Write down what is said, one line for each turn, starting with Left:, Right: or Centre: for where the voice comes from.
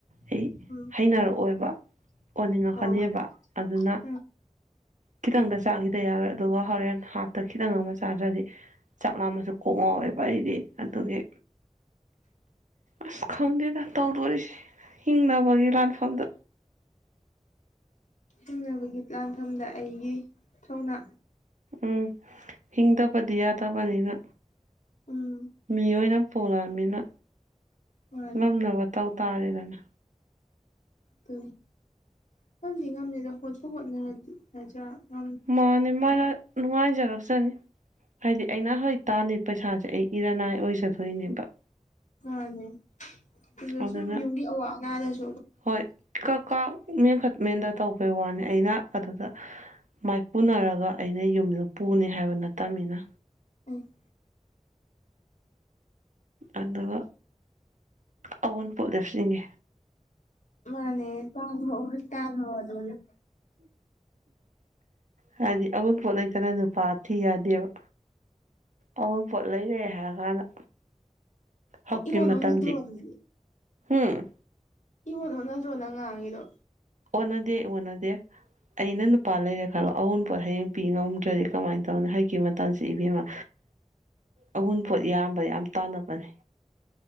Right: ꯑꯩ
Left: ꯎꯝ
Right: ꯍꯩꯅꯔꯛꯑꯣꯏꯕ ꯑꯣꯏꯅꯤꯡꯉꯛꯀꯅꯦꯕ
Left: ꯑꯥ
Right: ꯑꯗꯨꯅ
Left: ꯎꯝ
Right: ꯈꯤꯇꯪꯗ ꯆꯥꯈꯤꯗ ꯌꯥꯔ ꯑꯗꯨꯒ ꯍꯣꯔꯦꯟ ꯍꯥꯞꯇ ꯈꯤꯇꯪ ꯑꯃ ꯆꯥꯗ꯭ꯔꯗꯤ ꯆꯥꯛ ꯂꯥꯃꯁꯨ ꯀꯣꯛ ꯉꯥꯎꯋꯦꯕ ꯑꯩꯗꯤ ꯑꯗꯨꯒꯤ ꯑꯁ ꯈꯪꯗꯦꯗ ꯇꯧꯗꯣꯔꯤꯁꯦ ꯍꯤꯡꯅꯕꯒꯤ ꯂꯥꯟꯐꯝꯗ
Left: ꯍꯤꯡꯅꯕꯒꯤ ꯂꯥꯟꯐꯝꯗ ꯑꯩꯒꯤ ꯊꯧꯅꯥ
Right: ꯎꯝ ꯍꯤꯡꯗꯕꯗꯤ ꯌꯥꯗꯕꯅꯤꯅ
Left: ꯎꯝ
Right: ꯃꯤ ꯑꯣꯏꯅ ꯄꯨꯣꯂꯑꯃꯤꯅ
Left: ꯃꯥꯅꯦ
Right: ꯉꯝꯅꯕ ꯇꯧ ꯇꯥꯔꯦꯗꯅ
Left: ꯑꯗꯨ ꯉꯝꯗꯤ ꯉꯝꯂꯗ ꯍꯣꯠꯄ ꯍꯣꯠꯅꯔꯗꯤ ꯃꯆꯥ ꯑ
Right: ꯃꯥꯅꯦ ꯃꯥ ꯅꯅꯨꯡꯉꯥꯏꯖꯒꯥꯁꯅꯤ ꯍꯥꯏꯗꯤ ꯑꯩꯅ ꯍꯧꯖꯤ ꯇꯥꯜꯂꯤ ꯄꯩꯁꯥꯁꯦ ꯑꯩ ꯏꯔꯅꯥꯏ ꯑꯣꯏꯖꯗꯣꯏꯅꯦꯕ
Left: ꯃꯥꯅꯦ ꯑꯗꯨꯗ
Right: ꯑꯗꯨꯅ
Left: ꯁꯨꯝ ꯌꯨꯝꯒꯤ ꯑꯋꯥ ꯑ ꯉꯗꯁꯨ
Right: ꯍꯣꯏ ꯀ ꯀꯥ ꯃ ꯃꯗ ꯇꯧꯕꯩ ꯋꯥꯅꯤ ꯑꯩꯅ ꯑꯗꯨꯗ ꯃꯥꯏꯄꯨꯅꯔꯒ ꯑꯩꯅ ꯌꯨꯝꯗ ꯄꯨꯅꯤ ꯍꯥꯏꯕ ꯅꯠꯇꯕꯅꯤꯅ
Left: ꯎꯝ
Right: ꯑꯗꯨꯒ ꯑꯋꯣꯟꯄꯣꯠ ꯂꯦꯞꯆꯟꯒꯦ
Left: ꯃꯥꯅꯦ ꯇꯥ ꯇꯥꯔꯗꯅ
Right: ꯍꯥꯏꯗꯤ ꯑꯎꯟꯄꯣꯠ ꯂꯩꯇꯅ ꯅꯨꯄꯥ ꯊꯤ ꯌꯥꯗꯦꯕ ꯑ ꯄꯣꯠ ꯂꯩꯔꯦ ꯍꯥꯏꯔ ꯀꯥꯟꯗ ꯍꯧꯀꯤ
Left: ꯏꯑꯣꯟ
Right: ꯃꯇꯝꯁꯤ
Left: ꯑꯣꯟꯅꯗ꯭ꯔꯣ ꯑꯗꯨꯗꯤ
Right: ꯎꯝ
Left: ꯏꯉꯣꯟꯣ ꯅꯖ꯭ꯔꯣꯅ ꯉꯥꯡꯉꯤꯗꯣ
Right: ꯑꯣꯗꯤ ꯑꯣꯗ ꯑꯩꯅ ꯅꯨꯄꯥ ꯂꯩꯔꯦ ꯈꯜꯂꯣ ꯑꯎꯟ ꯄꯣꯠ ꯍꯌꯦꯡ ꯄꯤ ꯉꯝꯗ꯭ꯔꯗꯤ ꯀꯃꯥꯏꯅ ꯇꯧꯅꯤ ꯍꯥꯏꯛꯀꯤ ꯃꯇꯝꯁꯤ ꯏꯕꯦꯝꯃ
Left: <unintelligible>
Right: ꯑꯎꯨꯟꯄꯣꯠ ꯌꯥꯝꯕ ꯌꯥꯝ ꯇꯥꯟꯅꯕꯅꯦ